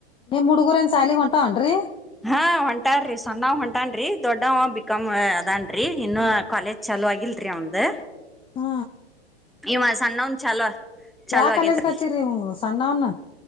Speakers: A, on the left; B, in the centre.
A: ನಿಮ್ಮ ಹುಡುಗುರೇನ್ ಸಾಲಿಗ್ ಹೊಂಟಾವ ಏನ್ರಿ
B: ಹಾ ಹೊಂಟಾರಿ ಸಣವ ಹೊಂಟಾನ ದೊಡ್ಡವ ಬಿಕಾಂ ಅದನ್ರಿ ಇನ್ನು ಕಾಲೇಜ್ ಚಾಲೂ ಆಗಿಲ್ರಿ ಅಂಡ್ ಅವನ್ದು
A: ಹು
B: ಇವ ಸಣ್ಣೌನ್ ಚಾಲ ಚಾಲೂ
A: ಯಾವ
B: ಆಗೇತರಿ
A: ಕಾಲೇಜ್ಗೆ ಹಚ್ಚಿರಿ ಇವ್ನು ಸಣ್ಣವ್ನ